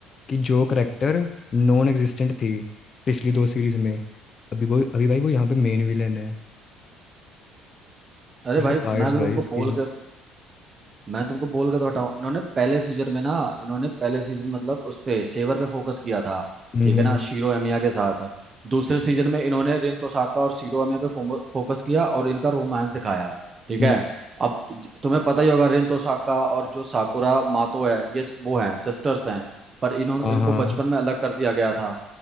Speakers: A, on the left (about 30°); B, on the right (about 25°).
A: कि जो करेक्टर नॉन एग्जिस्टेंट थी पिछली दो सीरीज में अभी वो अभी भाई वो यहाँ पे मेन विलेन है
B: अरे
A: और सिर्फ
B: भाई
A: फाइट्स
B: मैं भी
A: भाई
B: तुमको
A: इसकी
B: बोल के मैं तुमको बोल के तो हटाऊं इन्होंने पहले सीजन में ना इन्होंने पहले सीजन मतलब उस पे सेवर पे फोकस किया था
A: हम्म
B: ठीक है ना शीरो एमिया के साथ दूसरे सीजन में इन्होंने रिन तोसाका और शीरो एमिया पे फो, फोकस किया और इनका रोमांस दिखाया ठीक
A: हम्म
B: है अब ज- तुम्हें पता ही होगा रिन तोसाका और जो साकुरा मातो है ये वो हैं सिस्टर्स हैं पर इन्होंने
A: हाँ
B: इनको
A: हाँ
B: बचपन में अलग कर दिया गया था